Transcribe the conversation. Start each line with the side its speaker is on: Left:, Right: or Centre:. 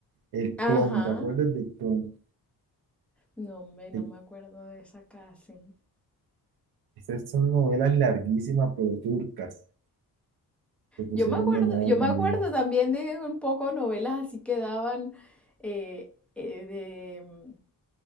Right: El
Centre: Ajá.
Right: clon, ¿te acuerdas del clon?
Centre: No, hombre, no
Right: Eh,
Centre: me acuerdo de esa casi.
Right: Esas son novelas larguísimas, pero turcas. Se pusieron
Centre: Yo me acuerdo,
Right: de moda
Centre: yo me
Right: también.
Centre: acuerdo también de un poco novelas así que daban eh, eh, de mm,